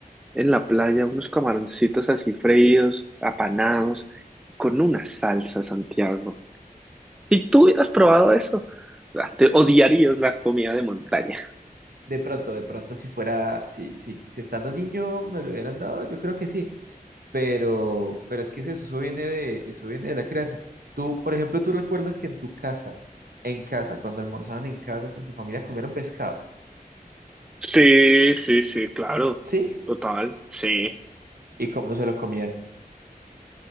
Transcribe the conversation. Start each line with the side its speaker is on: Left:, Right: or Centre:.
Centre: en la playa unos camaroncitos así freídos, apanados, con una salsa, Santiago. Si tú hubieras probado eso, ah, te odiarías la comida de montaña.
Right: De pronto, de pronto, si fuera, si, si, si estando niño me lo hubieran dado, yo creo que sí. Pero, pero es que es eso, eso viene de, eso viene de la crianza. Tú, por ejemplo, tú recuerdas que en tu casa, en casa, cuando almorzaban en casa con tu familia, comieron pescado.
Centre: Sí, sí, sí, claro,
Right: ¿Sí?
Centre: total, sí.
Right: ¿Y cómo se lo comían?